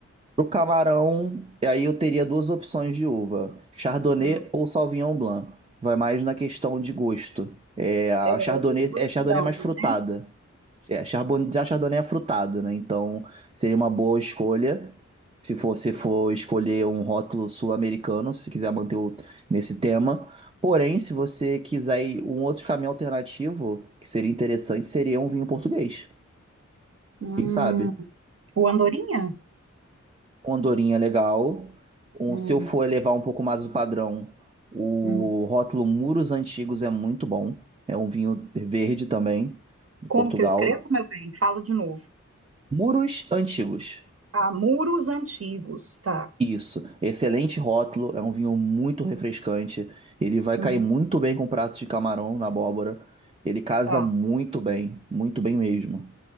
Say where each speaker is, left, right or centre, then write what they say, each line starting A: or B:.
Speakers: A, on the right; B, on the right.
A: Pro camarão, e aí eu teria duas opções de uva: Chardonnay
B: Hum.
A: ou Sauvignon Blanc. Vai mais na questão de gosto. É, a
B: É,
A: Chardonnay,
B: os dois
A: é, a Chardonnay
B: brancos,
A: é mais frutada.
B: né?
A: É, a Charbon- já a Chardonnay é frutada, né? Então seria uma boa escolha. Se você for escolher um rótulo sul-americano, se quiser manter o- nesse tema. Porém, se você quiser ir um outro caminho alternativo, que seria interessante, seria um vinho português.
B: Hum.
A: Quem sabe?
B: hum. O Andorinha?
A: uma andorinha legal. Um,
B: Hum,
A: se eu for elevar um pouco mais o padrão, o
B: hum.
A: rótulo Muros Antigos é muito bom. É um vinho verde também, de
B: Como
A: Portugal.
B: que eu escrevo, meu bem? Fala de novo.
A: Muros Antigos.
B: Ah, muros antigos, tá.
A: Isso, excelente rótulo, é um vinho muito refrescante. Ele vai cair
B: Uhum,
A: muito bem com pratos de camarão na abóbora. Ele casa
B: tá.
A: muito bem, muito bem mesmo.